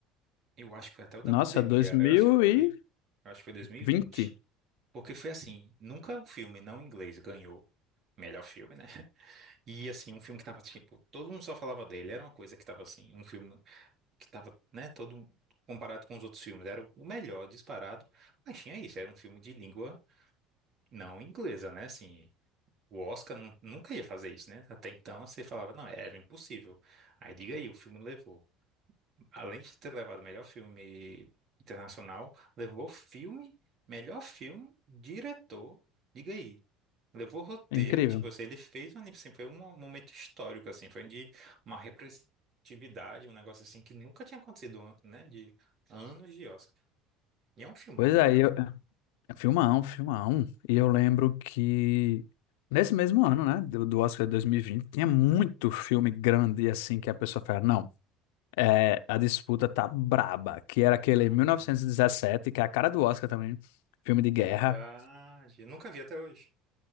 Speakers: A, on the right; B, on the left.
A: Eu acho que foi até o da
B: Nossa,
A: pandemia.
B: dois mil
A: Eu acho que foi,
B: e
A: eu acho que foi dois mil e
B: vinte,
A: vinte, Porque foi assim, nunca um filme não inglês ganhou melhor filme, né? <laughs> E assim, um filme que tava tipo, todo mundo só falava dele, era uma coisa que tava assim, um filme que tava, né, todo comparado com os outros filmes, era o melhor disparado, mas tinha isso, era um filme de língua não inglesa, né? Assim, O Oscar nu- nunca ia fazer isso, né? Até então você falava, não, era impossível. Aí liga aí, o filme levou. Além de ter levado melhor filme internacional, levou filme, melhor filme, diretor, liga aí. Levou roteiro,
B: Incrível.
A: tipo assim, ele fez um, anime, assim, foi um momento histórico, assim, foi de uma representatividade, um negócio assim que nunca tinha acontecido, né? De anos de Oscar. E é um filmão,
B: Pois
A: né,
B: é,
A: cara?
B: eu... é, filmão, filmão. E eu lembro que nesse mesmo ano, né, do, do Oscar de 2020, tinha muito filme grande, assim, que a pessoa fala, não. É, a disputa tá braba, que era aquele
A: Aham,
B: 1917, que é a cara do Oscar também, filme de guerra.
A: verdade. Eu nunca vi até hoje.